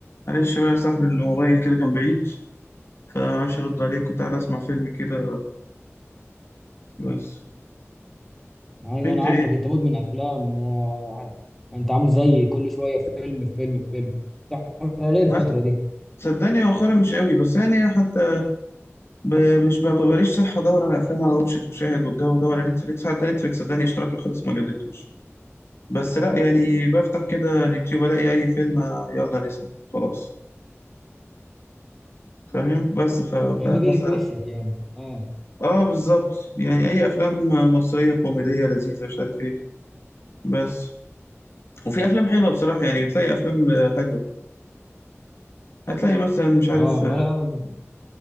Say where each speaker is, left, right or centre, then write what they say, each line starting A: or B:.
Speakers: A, on the left (about 55°); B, in the centre.
A: معلش بقى يا صاحبي الموبايل كده كان بعيد فمعرفش ارد عليك كنت قاعد اسمع فيلم كده كويس
B: ايوه
A: انت
B: انا عارفك
A: ايه
B: انت مدمن افلام آه، ما انت عامل زيي كل شويه فيلم في فيلم في فيلم بتحضر ايه الفتره
A: عسل
B: دي
A: صدقني مؤخرا مش قوي بس يعني حتى ب... مش ب... ببقاليش صح ادور على افلام على وشة وشاهد والجو ده ولا نتفليكس حتى نتفليكس صدقني اشتراكي خلص ما جددتوش بس لا يعني بفتح كده اليوتيوب الاقي اي فيلم آه، يلا نسمع خلاص فاهم بس ف...
B: إيه
A: فهسأل
B: اللي بيجي في وشك يعني اه
A: اه بالظبط يعني اي افلام مصرية كوميدية لذيذة مش عارف ايه بس وفي افلام حلوه بصراحه يعني بتلاقي افلام آه، حلوه هتلاقي مثلا مش عارف
B: اه ما انا